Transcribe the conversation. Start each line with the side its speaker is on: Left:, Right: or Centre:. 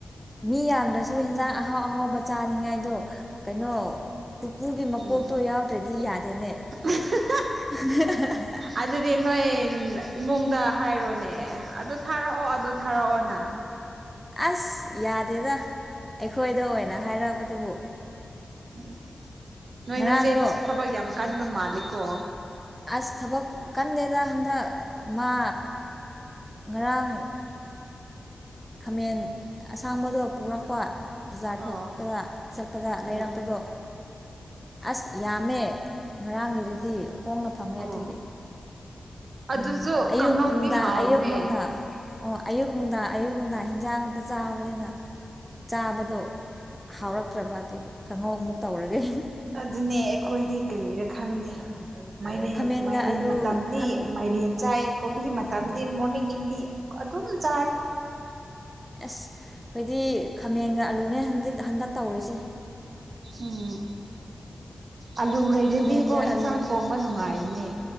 Centre: ꯃꯤ ꯌꯥꯝꯗ꯭ꯔꯁꯨ ꯍꯤꯟꯖꯥꯡ ꯑꯍꯥꯎ ꯑꯍꯥꯎꯕ ꯆꯥꯅꯤꯡꯉꯥꯏꯗꯣ ꯀꯩꯅꯣ ꯄꯨꯄꯨꯒꯤ ꯃꯀꯣꯛꯇꯣ
Right: ꯎꯝ
Centre: ꯌꯥꯎꯗ꯭ꯔꯗꯤ ꯌꯥꯗꯦꯅꯦ
Right: <unintelligible>
Centre: <unintelligible>
Right: ꯑꯗꯨꯗꯤ ꯅꯣꯏ ꯏꯃꯨꯡꯗ ꯍꯥꯏꯔꯣꯅꯦ ꯑꯗꯨ ꯊꯥꯔꯛꯑꯣ ꯑꯗꯨ ꯊꯥꯔꯛꯑꯣꯅ
Centre: ꯑꯁ ꯌꯥꯗꯦꯗ ꯑꯩꯈꯣꯏꯗ ꯑꯣꯏꯅ ꯍꯥꯏꯔꯛꯄꯗꯨꯕꯨ
Right: ꯎꯝ ꯅꯣꯏ
Centre: ꯉꯔꯥꯡꯗꯣ
Right: ꯅꯆꯦꯗꯨꯁꯨ ꯊꯕꯛ ꯌꯥꯝ ꯀꯟꯕ ꯃꯥꯜꯂꯤꯀꯣ
Centre: ꯑꯁ ꯊꯕꯛ ꯀꯟꯗꯦꯗ ꯍꯟꯗꯛ ꯃꯥ ꯉꯔꯥꯡ ꯈꯥꯃꯦꯟ ꯑꯁꯥꯡꯕꯗꯣ ꯄꯨꯔꯛꯄ ꯕꯖꯥꯔ ꯊꯣꯛꯄꯗ
Right: ꯑꯣ
Centre: ꯆꯠꯄꯗ ꯂꯩꯔꯛꯄꯗꯣ
Right: ꯎꯝ
Centre: ꯑꯁ ꯌꯥꯝꯃꯦ ꯉꯔꯥꯡꯒꯤꯗꯨꯗꯤ ꯍꯣꯡꯅ ꯐꯪꯉꯦ
Right: ꯑꯣ
Centre: ꯑꯗꯨꯒꯤ
Right: ꯑꯗꯨꯁꯨ
Centre: ꯎꯝ ꯑꯌꯨꯛ
Right: ꯀꯥꯡꯉꯧꯗꯤ
Centre: ꯅꯨꯡꯗꯥꯡ
Right: ꯍꯥꯎꯕꯅꯦ
Centre: ꯑꯌꯨꯛ ꯅꯨꯡꯗꯥꯡ ꯑꯣ ꯑꯌꯨꯛ ꯅꯨꯡꯗꯥꯡ ꯑꯌꯨꯛ ꯅꯨꯡꯗꯥꯡ ꯍꯤꯟꯖꯥꯡ ꯈꯛꯇ ꯆꯥꯕꯅꯤꯅ ꯆꯥꯕꯗꯣ ꯍꯥꯎꯔꯛꯇ꯭ꯔꯥꯕ ꯑꯗꯨꯒꯤ ꯀꯥꯡꯍꯧ ꯑꯃꯨꯛ ꯇꯧꯔꯒꯦ
Right: ꯑꯗꯨꯅꯦ ꯑꯩꯈꯣꯏꯗꯤ ꯀꯔꯤꯔꯥ ꯈꯪꯗꯦ ꯃꯥꯏꯔꯦꯟ
Centre: ꯈꯥꯃꯦꯟꯒ
Right: ꯃꯥꯏꯔꯦꯟ
Centre: ꯑꯂꯨ
Right: ꯃꯇꯝꯗꯤ
Centre: ꯑꯁ
Right: ꯃꯥꯏꯔꯦꯟ ꯆꯥꯏ ꯀꯣꯕꯤ ꯃꯇꯝꯗꯤ ꯃꯣꯔꯅꯤꯡ ꯢꯕꯤꯅꯤꯡ ꯑꯗꯨꯝ ꯆꯥꯏ
Centre: ꯑꯦꯁ ꯑꯈꯣꯏꯗꯤ ꯈꯥꯃꯦꯟꯒ ꯑꯂꯨꯅꯦꯟ ꯍꯟꯗꯛ ꯇꯧꯔꯤꯁꯦ
Right: ꯎꯝ ꯑꯂꯨ ꯂꯩꯔꯗꯤꯀꯣ
Centre: ꯈꯥꯃꯦꯟꯒ
Right: ꯏꯟꯁꯥꯡ
Centre: ꯑꯂꯨ
Right: ꯊꯣꯡꯝꯕ ꯅꯨꯡꯉꯥꯏꯕꯅꯦ